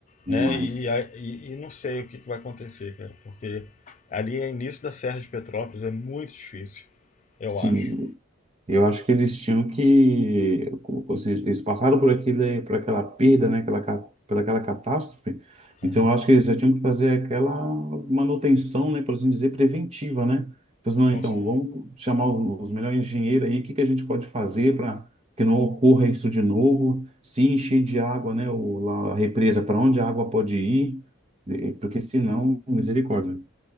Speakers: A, on the right; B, on the left.
A: demais.
B: né? E, a- e, e não sei o que que vai acontecer, cara, porque ali é início da Serra de Petrópolis, é muito difícil, eu
A: Sim,
B: acho.
A: Eu acho que eles tinham que, como- ou eles passaram por aquele, por aquela perda, né, aquela, ca- pela aquela catástrofe. Então,
B: Aham.
A: eu acho que eles já tinham que fazer aquela manutenção, né, por assim dizer, preventiva, né? Pois não,
B: Vamos-
A: então, vamos chamar os os melhores engenheiros aí, o que que a gente pode fazer para que não ocorra isso de novo? Se encher de água, né, o, lá, a represa, para onde a água pode ir? Eh, Porque senão, misericórdia.